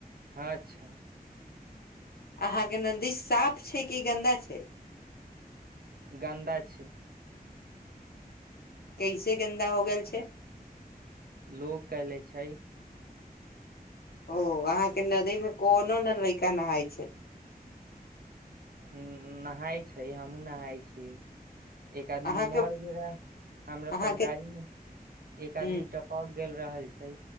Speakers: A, on the right (about 70°); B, on the left (about 75°).
A: हँ अच्छा
B: अहाँ के नदी साफ छै की गन्दा छै
A: गन्दा छै
B: कैसे गेन्दा हो गेल छै
A: लोक कैले छै
B: ओ वहाँ के नदी में कोनो न लैका नहाय छै
A: अम्म नहाय छै हमहुँ नहाय छी एक आदमी
B: अहाँ
A: मर
B: के
A: गेल रहा हमरा
B: अहाँ
A: परदारी
B: के
A: मे एक
B: ह
A: आदमी टप प गेल रहल छै